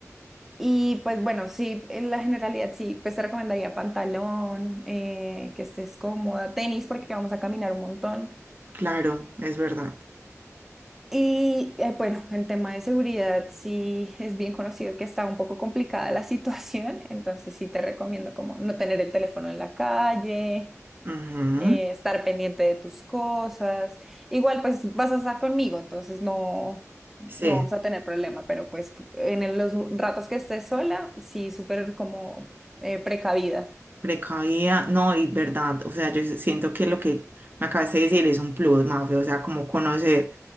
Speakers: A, in the centre; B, on the right.
A: y pues bueno, sí, en la generalidad sí, pues te recomendaría pantalón, eh, que estés cómoda, tenis porque vamos a caminar un montón.
B: claro, es verdad.
A: Y eh, bueno, en tema de seguridad sí es bien conocido que está un poco complicada la <laughs> situación, entonces sí te recomiendo como no tener el teléfono en la calle,
B: Ujú,
A: eh, estar pendiente de tus cosas. Igual pues vas a estar conmigo, entonces no, no
B: Sí,
A: vamos a tener problema, pero pues en el- los ratos que estés sola, sí súper como eh, precavida.
B: precavida, no, y verdad, o sea, yo siento que lo que me acabas de decir es un plus, Mafe, o sea, como conocer.